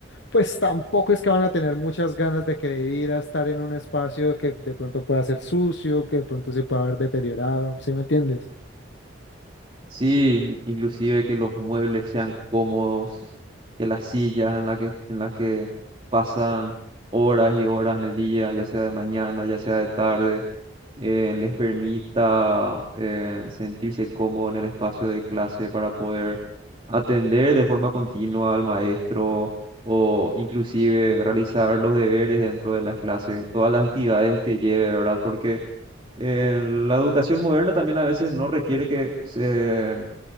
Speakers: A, on the left; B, on the right.
A: pues tampoco es que van a tener muchas ganas de querer ir a estar en un espacio que de pronto pueda ser sucio, que de pronto se pueda ver deteriorado, ¿sí me entiendes?
B: Sí, inclusive que los muebles sean cómodos, que las sillas en las que, en las que pasan horas y horas en el día, ya sea de mañana, ya sea de tarde, eh, les permita eh, sentirse cómodo en el espacio de clase para poder atender de forma continua al maestro o inclusive realizar los deberes dentro de las clases, todas las actividades que lleve, ¿verdad? Porque eh, la educación moderna también a veces no requiere que se